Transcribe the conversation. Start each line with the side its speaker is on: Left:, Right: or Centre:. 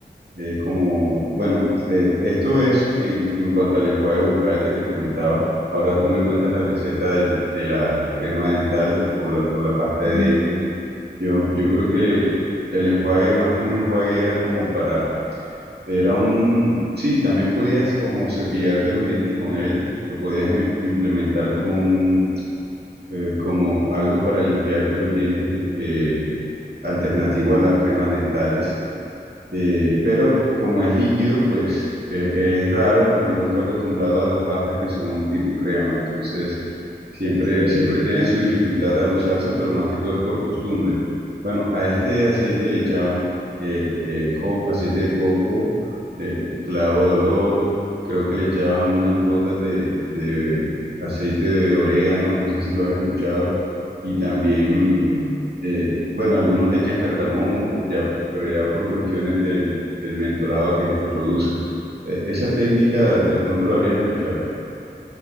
Right: eh, como, bueno, eh, esto es eh, en cuanto al enjuague bucal que te comentaba. Ahora tú me cuentas la receta del- de la crema dental o la, o la pasta de
Left: Ujú,
Right: dientes. Yo, yo creo que el enjuague, más que un enjuague, era como para, era un, sí, también podías como cepillarte los dientes con él, lo podías im- implementar como un, eh, como algo para limpiarte los dientes, eh, alternativo a las cremas dentales. Eh, pero como es líquido, pues eh, es raro porque uno está acostumbrado a las pastas que son tipo crema. Entonces, siempre,
Left: sí,
Right: siempre tiene su dificultad al usarse, pero más que todo es por costumbre. Bueno, a este aceite le echaban eh, eh, co- aceite de coco, eh, clavo de olor, creo que le echaban unas gotas de, de aceite de orégano, no sé si lo has escuchado, y también
Left: sí.
Right: eh, bueno, algunos le echan cardamomo, po- ya, pero ya por cuestiones del, del mentolado que este produce. Eh, esa técnica de pronto la habrías escuchado.